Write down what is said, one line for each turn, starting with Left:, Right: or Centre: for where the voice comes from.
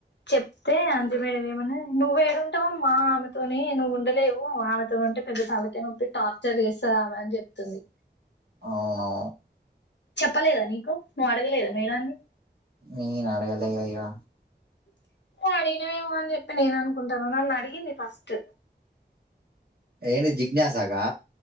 Left: చెప్తే అంజు మేడం ఏమన్నాది. నువ్వు ఏడుంటావు ఆమ్మ ఆమెతోని నువ్వు ఉండలేవు ఆమెతోనీ ఉంటే పెద్ద తలకాయ నొప్పి టార్చర్ చేస్తాది ఆమె అని చెప్తుంది.
Right: అవును
Left: చెప్పలేదా నీకు నువ్వు అడగలేదా మేడన్ని
Right: నేను అడగలేగా ఇగా
Left: <unintelligible> అడిగినవేమో అని చెప్పి నేను అనుకుంటాన్న నన్ను అడిగింది ఫస్ట్
Right: ఏ నీ జిజ్ఞాసగా